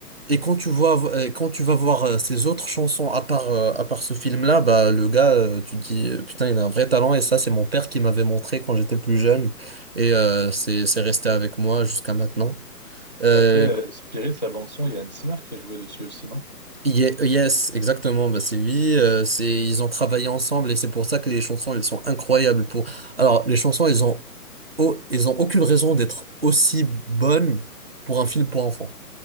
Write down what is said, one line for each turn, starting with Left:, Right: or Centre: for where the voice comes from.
Right: Et quand tu vois, euh, quand tu vas voir euh, ses autres chansons à part, euh, à part ce film-là, bah, le gars, euh, tu te dis, euh, putain, il a un vrai talent et ça, c'est mon père qui m'avait montré quand j'étais plus jeune. Et euh, c'est, c'est resté avec moi jusqu'à maintenant. Euh,
Left: Mais après, euh, Spirit, la bande son, il y a Hans Zimmer qui a joué dessus aussi, non?
Right: Ye- Yes, exactement, bah c'est lui, euh, c'est ils ont travaillé ensemble et c'est pour ça que les chansons elles sont incroyables pour Alors les chansons elles ont oh, elles ont aucune raison d'être aussi bonnes pour un film pour enfants.